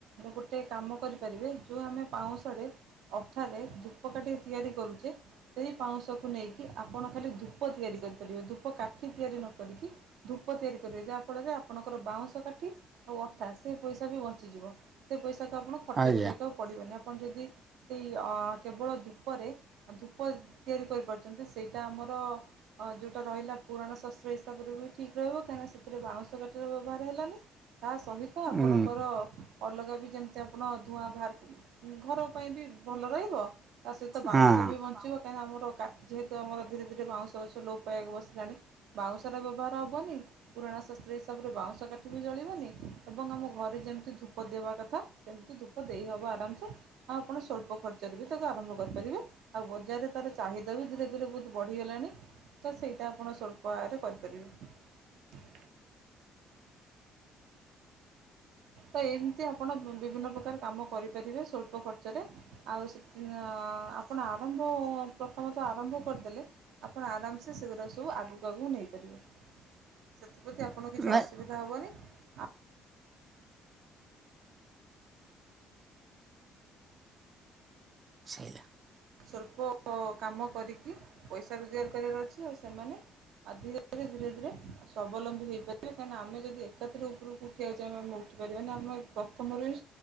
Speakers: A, on the right; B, on the right.
A: ଗୋଟେ କାମ କରିପାରିବେ ।ଯେଉ ଆମେ ପାଉଁଶରେ ଅଠାରେ ଧୂପ କାଟିକି ତିଆରି କରୁଛେ। ସେଇ ପାଉଁଶକୁୁ ନେଇକି ଆପଣ ଖାଲି ଧୂପ ତିଆରି କରିପାରିବେ ।ଧୂପା ଠି ତିଆରି ନ କରିକି, ଧୂପ ତିଆରି କରିବେ। ଯାହା ଫଳରେ ଆପଣଙ୍କର, ବାଉଁଶ କାଠି ଆଉ ଅଠା ସେ ପସା ବଞ୍ଚିଯିବ। ସେ ପଇସା କୁ ଆଉ ଖର୍ଚ୍ଚ
B: ଆଜ୍ଞା
A: କରିବାକୁ ପଡ଼ିବନି। ଆପଣ ଯଦି ସେଇ ଅଁ କେବଳ ଧୂପରେ, ଧୂପ ତିଆରି କରିପାରୁଛନ୍ତି ।ସେଇଟା ଆମର ଯେଉଁଟା ରହିଲା ପୁରାଣ ଶସ୍ତ୍ର ହିସାବରେ ବି ଠିକ୍ ରହିବ। କାହିଁକିନା ସେଥିରେ ବାଉଁଶ କାଠିର ବ୍ୟବହାର ହେଲାନି। ତା ସହିତ ଆପଣଙ୍କର
B: ଉଁ,
A: ଅଲଗା ବି, ଯେମିତି ଆପଣ ଧୂଆଁ ବାହାରକୁ ଘର ପାଇଁ ବି ଭଲ ରହିଵ ତା ସହିତ ବାଉଁଶ
B: ହଁ
A: ବି ବଞ୍ଚିବ। କାହିଁକିନା ଆମର ଯେହେତ, ଆମ ଧୀରେ ଧୀରେ ବାଉଁଶ ଗଛ ଲୋ ପାଇବାକୁ ବସିଲାଣି ବାଉଁଶର ବ୍ୟବହାର ହବନି ପୁରାଣା ଶାସ୍ତ୍ର ହିସାବରେ ବାଉଁଶ କାଠି ବି ଜଳିବନି ଏବଂମ ଆମେ ଘରେ ଯେମିତି ଧୂପ ଦେବା କଥା ସେମିତି ଧୂପ ଦେଇ ହବ ଆରାମ ସେ ଆଉ ଆପଣ ସ୍ୱଳ୍ପ ଖର୍ଚ୍ଚରେ ବି ତାକୁ ଆରମ୍ଭ କରିପାରିବେ ଆଉ ବଜାରରେ ତରେ ଚାହିଦାବି ଧୀରେଧୀରେ ବଢି ଗଲାଣି ତ ସେଇଟା ଆପଣସହ ସ୍ୱଳ୍ପ ଏହାର କରିପାରିବେ। ତ ଏମିତି ଆପଣ ବି ବିଭିନ୍ନ ପ୍ରକାର କାମ କରିପାରିବେ ସ୍ୱଳ୍ପ ଖର୍ଚ୍ଚରେ ଆଉ ସେ ନାଁ ଆପଣ ଆରମ୍ଭ ପ୍ରଥମତଃ ଆରମ୍ଭ କରିଦେଲେ ଆପଣ ଆରାମସେ ସେଗୁଡାକ ସବୁ ଆଗକୁ ଆଗକୁ ନେଇପାରିବେ ସେଥିପ୍ରତି ଆପଣ କିଛି
B: ନାଇଁ
A: ଅସୁବିଧା ହେବନି ଆ
B: ସଇଲା।
A: ସ୍ୱଳ୍ପ ଓ କାମ କରିକି ପଇସା ରୋଜଗାର କରିବାର ଅଛି ଆଉ ସେମାନେ ଆଉ ଧୀରେ ଧୀରେ ଧୀରେ ଧୀରେ ସଵଲମ୍ବୀ ହେଇପାରିବ କାହିଁନା ଆମେ ଯଦି ଏକାଥର ଉପରକୁ ଉଠିବାକୁ ଚାହିଁବା କ୍ଷତି କରିବନା ଆମର ପ୍ରଥମରୁ ହିଁ